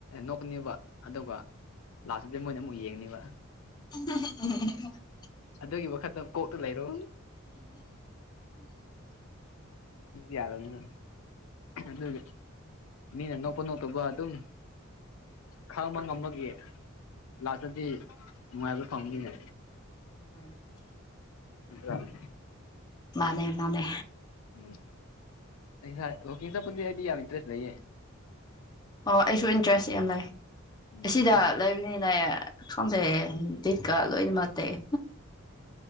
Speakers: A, on the left (about 80°); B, on the left (about 20°).
A: ꯅꯣꯛꯀꯅꯦꯕ ꯑꯗꯨꯒ ꯂꯥꯁꯇꯗꯤ ꯃꯣꯏꯅ ꯑꯃꯨꯛ ꯌꯦꯡꯅꯤꯕ
B: <unintelligible>
A: ꯑꯗꯨꯒꯤ ꯋꯥꯈꯟꯗ ꯀꯣꯛꯇꯨ ꯂꯩꯔꯣ
B: <inaudible>
A: ꯌꯥꯔꯥꯅꯤꯅ ꯑꯗꯨꯒꯤ ꯃꯤꯅ ꯅꯣꯛꯄ ꯅꯣꯛꯇꯕ ꯑꯗꯨꯝ ꯈꯪꯕ ꯉꯝꯕꯒꯤ ꯂꯥꯁꯇꯗꯤ ꯅꯨꯡꯉꯥꯏꯕ ꯐꯪꯅꯤꯅꯦ
B: ꯎꯝ <inaudible>
A: ꯅꯠꯇꯥꯔꯥ
B: ꯃꯥꯅꯦ ꯃꯥꯅꯦ
A: ꯎꯝ ꯑꯩ ꯏꯁꯥ ꯋꯥꯀꯤꯡ ꯆꯠꯄꯗꯤ ꯑꯩꯗꯤ ꯌꯥꯝ ꯏꯟꯇꯔꯦꯁ ꯂꯩꯌꯦ
B: ꯑꯣ ꯑꯩꯁꯨ ꯏꯟꯇꯔꯦꯁ ꯌꯥꯝ ꯂꯩ
A: ꯎꯝ
B: ꯑꯁꯤꯗ
A: ꯑꯩꯁ
B: ꯂꯩꯕꯅꯤꯅ ꯈꯪꯗꯦ ꯗꯤꯠꯀꯥ ꯂꯣꯏꯅꯃꯛ ꯇꯦꯛꯑꯦ